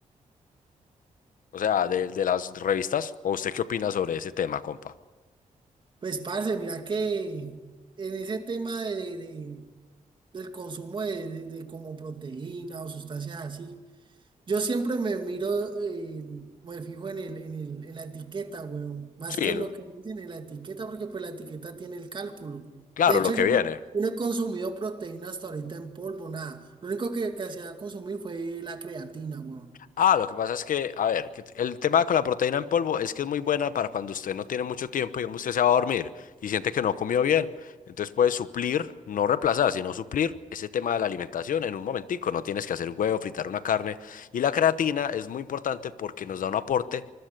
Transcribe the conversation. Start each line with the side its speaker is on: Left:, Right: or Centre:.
Left: O sea, de, de las revistas. ¿O usted qué opina sobre ese tema, compa?
Right: Pues, parce, mira que en ese tema de, de- de- del consumo de, de, de como proteína o sustancias así. Yo siempre me miro, en- me fijo en el, en el, en la etiqueta, weón. Más
Left: Sí,
Right: que
Left: el-
Right: en lo que dicen en la etiqueta, porque pues la etiqueta tiene el cálculo.
Left: claro,
Right: De hecho,
Left: lo que
Right: yo,
Left: viene.
Right: no yo no he consumido proteína hasta ahorita en polvo, nada. Lo único que, que hacía consumir fue la creatina, weón.
Left: Ah, lo que pasa es que, a ver, que el tema con la proteína en polvo es que es muy buena para cuando usted no tiene mucho tiempo, digamos, usted se va a dormir y siente que no comió bien. Entonces puede suplir, no reemplazar, sino suplir ese tema de la alimentación en un momentico. No tienes que hacer un huevo, fritar una carne. Y la creatina es muy importante porque nos da un aporte